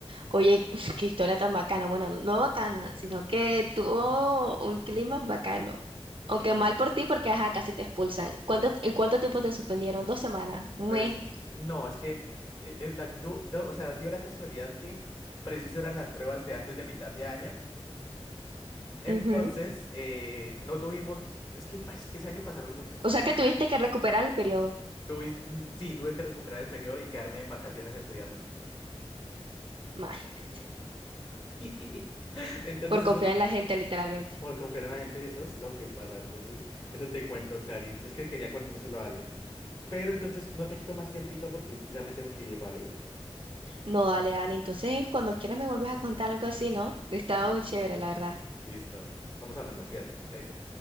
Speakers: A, on the right; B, on the left.
A: Oye, <laughs> qué historia tan bacana. Bueno, no bacana, sino que tuvo un clima bacano. Aunque
B: <laughs>
A: mal por ti, porque ajá, casi te expulsan. ¿Cuánto, en cuánto tiempo te suspendieron? ¿Dos semanas?
B: Me
A: ¿Un mes?
B: es- no, es que e- es la, du- du- o sea, dio la casualidad que preciso eran las pruebas de antes de mitad de año. Entonces,
A: Ujú.
B: eh, no tuvimos, es que, ay, es que ese año pasaron muchas cosas.
A: O sea que tuviste que recuperar el periodo.
B: Tuve, mm, sí, tuve que recuperar el periodo y quedarme en vacaciones estudiando.
A: Imagínate.
B: <laughs> Entonces,
A: Por
B: eso,
A: confiar en la gente, literalmente.
B: por confiar en la gente, eso es lo que pasa. Entonces, eso te cuento, Cari. Es que quería contárselo a alguien. Pero entonces, no te quito más tiempito porque ya me tengo que ir, ¿vale?
A: No, dale, dale. Entonces, cuando quieras me vuelves a contar algo así, ¿no? Estaba
B: Sí,
A: muy chévere, la verdad.
B: li- listo. Estamos hablando, cuídate, chaito.